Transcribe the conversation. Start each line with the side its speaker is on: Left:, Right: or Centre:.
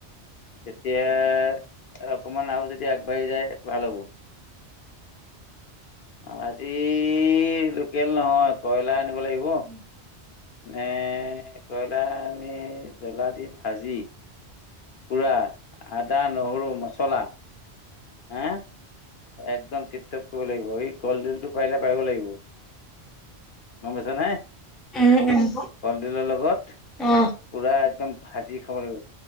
Left: তেতিয়া অকমান আৰু যদি আগবাঢ়ি যায় ভাল হ'ব। আজি লোকেল নহয় কয়লাৰ। আনিব লাগিব।
Centre: উম
Left: নে কইলাৰ জ্বলা দি ভাজি। পুৰা আদা নহৰু মছলা। হা একদম টিপ টপ কৰিব লাগিব এই কলড্ৰিল টো পাই পাই লাগিব। মন গৈছা নাই
Centre: উম উম
Left: কলডিলৰ লগত।
Centre: অ
Left: পূৰা একদম ভাজি খাব লাগিব